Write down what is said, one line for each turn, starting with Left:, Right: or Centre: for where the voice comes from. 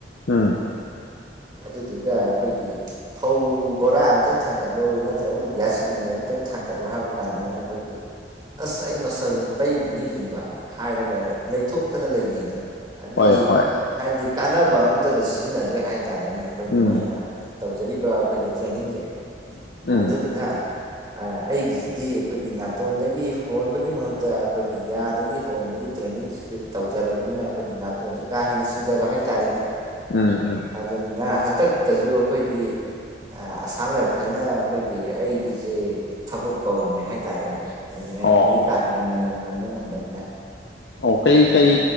Left: ꯎꯝ
Right: ꯑꯗꯨꯗꯨꯒ ꯑꯩꯈꯣꯏꯗꯤ ꯐꯧ ꯕꯣꯔꯥ ꯑꯃꯇꯪ ꯊꯥꯡꯀꯠꯂꯨ ꯅꯠꯇ꯭ꯔꯒꯅ ꯒ꯭ꯌꯥꯁ ꯁꯤꯂꯤꯟꯗꯔ ꯑꯃꯇꯪ ꯊꯥꯡꯀꯠꯂꯨ ꯍꯥꯏꯕ ꯀꯥꯟꯗꯅ ꯑꯩꯈꯣꯏꯒꯤ ꯑꯁ ꯑꯩ ꯃꯁꯜ ꯇꯩꯒꯤꯅꯤꯒꯨꯝꯕ ꯍꯥꯏꯔꯒ ꯂꯩꯊꯣꯛꯇꯅ ꯂꯩꯅꯩꯗꯅ ꯑꯗꯨꯗꯤ
Left: ꯍꯣꯏ ꯍꯣꯏ
Right: ꯍꯥꯏꯗꯤ ꯀꯥꯟꯅꯕ ꯑꯝꯇꯗ ꯁꯤꯖꯤꯟꯅꯗ꯭ꯔꯦ ꯍꯥꯏꯇꯥꯔꯦꯅꯦ ꯑꯩꯈꯣꯏꯅ
Left: ꯎꯝ
Right: ꯃꯣꯏꯅ ꯇꯧꯖꯔꯤꯕ ꯑꯩꯈꯣꯏꯒꯤ ꯇ꯭ꯔꯦꯅꯤꯡꯁꯦ
Left: ꯎꯝ
Right: ꯑꯗꯨꯗꯨꯅ ꯑ ꯑꯩꯒꯤꯁꯤꯗꯤ ꯑꯩꯈꯣꯏꯒꯤ ꯅꯥꯇꯣꯟꯗꯒꯤ ꯍꯣꯟꯕꯒꯤ ꯃꯍꯨꯠꯇ ꯑꯩꯈꯣꯏꯒꯤ ꯌꯥꯗꯒꯤ ꯍꯣꯟꯕꯒꯤ ꯇ꯭ꯔꯦꯟꯅꯤꯡꯁꯤꯁꯨ ꯇꯧꯖꯔꯕꯅꯤꯅ ꯑꯩꯈꯣꯏꯒꯤ ꯅꯥꯇꯣꯟꯁꯦ ꯀꯥ ꯍꯦꯟꯅ ꯁꯤꯡꯖꯕ ꯍꯥꯏꯇꯥꯔꯦꯅꯦ
Left: ꯎꯝ ꯎꯝ
Right: ꯑꯗꯨꯅ ꯍꯟꯗꯛꯇꯁꯨ ꯑꯩꯈꯣꯏꯒꯤ ꯑꯁꯥꯝ ꯔꯥꯏꯐꯜꯅ ꯑꯩꯈꯣꯏꯒꯤ ꯑꯩꯒꯤꯁꯦ ꯊꯕꯛ ꯀꯧꯔꯝꯃꯦ ꯍꯥꯏꯇꯥꯔꯦꯅꯦ ꯍꯥꯏꯗꯤ ꯃꯌꯥꯝꯗꯒꯤ
Left: ꯑꯣ ꯑꯣ
Right: ꯀꯥ ꯍꯦꯟꯅ ꯃꯅꯝ ꯅꯝꯕ ꯉꯝꯕꯅꯤꯅ
Left: ꯑꯣ ꯀꯩ
Right: ꯑꯗꯨꯗꯨꯅ
Left: ꯀꯩ